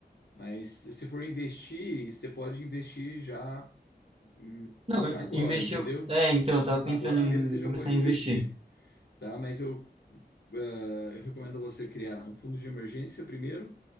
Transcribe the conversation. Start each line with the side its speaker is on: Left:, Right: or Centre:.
Left: Mas se for investir, você pode investir já, hum,
Right: Não,
Left: já agora,
Right: investir.
Left: entendeu?
Right: eu- É, então, eu tava
Left: Agora
Right: pensando em
Left: mesmo você já
Right: começar
Left: pode
Right: a investir
Left: investir tá? Mas eu, eh, eu recomendo você criar um fundo de emergência primeiro,